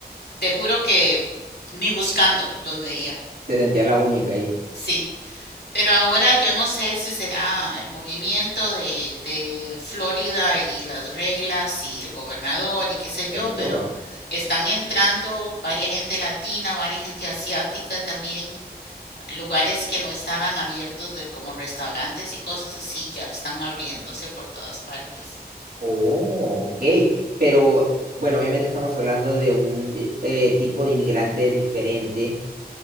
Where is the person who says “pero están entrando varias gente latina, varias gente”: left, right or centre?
Left